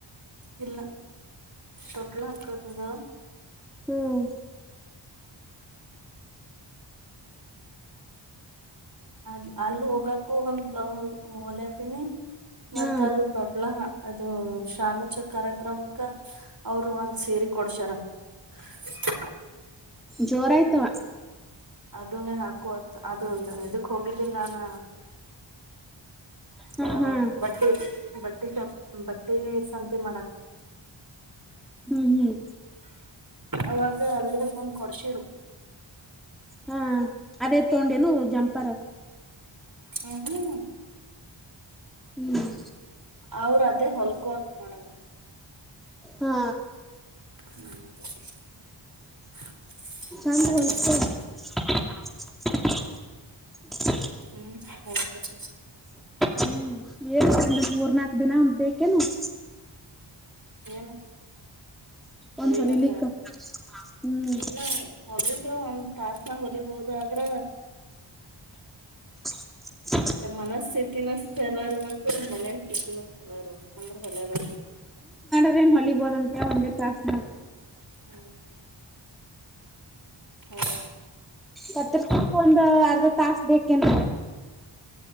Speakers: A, on the right; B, in the centre.
A: ಇಲ್ಲ ತೊಟ್ಲ ಹಾಕತದ
B: ಹ್ಮ್
A: ಅ ಅಲ್ಲಿ ಹೋಗಕು ಒಂದ್ ಹ ಭಲ ಅಸಿನಿ <unintelligible> ಮತ್ತ
B: ಹಾ
A: ಅದು ತೊಟ್ಲ ಅದು ಶಾಮಚ ಕಾರ್ಯಕ್ರಮಕ್ಕ ಅವರು ಒಂದ್ ಸೇರಿ ಕೊಡ್ಸಾರ <unintelligible>
B: ಜೋರಾಯ್ತವಾ
A: ಅದನೇ ಹಾಕುವ ಅದು ಇದಕ್ ಹೋಗಿದ್ದಿಲ್ಲ ನ
B: ಹಾ
A: ಹ
B: ಹಾ
A: ಬಟ್ಟ ಬಡಡಿ ಚಾಪ್ ಬ ಸಂತೆ ಮಾಡಕ್ <inaudible>
B: ಹ್ಮ್ ಹ್ಮ್
A: ಅವಾಗ ಅಲ್ಲಿ ಬಂದ್ ಕೊಡ್ಸರು
B: ಹಾ ಅದೇ ತಗೊಂಡೇನು ಜಂಪರ್
A: ಹ ಹೇಳ <unintelligible>
B: ಹ್ಮ್
A: ಅವ್ರ ಅದೇ ಹೊಲ್ಕೋತ ನನಗ
B: ಹಾ
A: ಹ್ಮ್ <unintelligible>
B: ಚಂತ
A: ಆಯ್ತಂತಂದೆ
B: ಬತ <unintelligible> <unintelligible>
A: ಹ್ಮ್ ಹೌತ <unintelligible>
B: ಹ್ಮ್ ಹೇಳ್ಕೊಂಡ ಮೂರು ನಾಕು ದಿನಾ ಬೇಕೇನು <inaudible>
A: ಏನು ಹೊಲಿಲತ್ತ
B: ಒಂದ್ ಹೊಲಿಲಿಕ್ಕ ಹ್ಮ್
A: ಇಲ್ಲ ಹೊಲಿದ್ರು ಒಂದ್ ತಾಸನ್ಯಾಗ ಹೊಲಿಬಹುದು ಆದ್ರ
B: <inaudible>
A: ಏ ಮನಸ್ಥಿತಿನೂ ಸರಿಯಾಗಿರ್ಬೇಕು ಮನೇಲ್ ಸ್ಥಿತಿನೂ ಸರಿಯಾಗಿರ್ಬೇಕು ಅಂದ್ರ ಹೊಲಿಯೋದ
B: ಪ್ರೇನ್ ಹೊಲಿಬೋದಂತೆ ಒಂದ್ ತಾಸ್
A: <inaudible> ಹೌದ
B: ಕತ್ರಿಸಾಕ್ ಒಂದ ಅರ್ಧ ತಾಸ ಬೇಕೇನ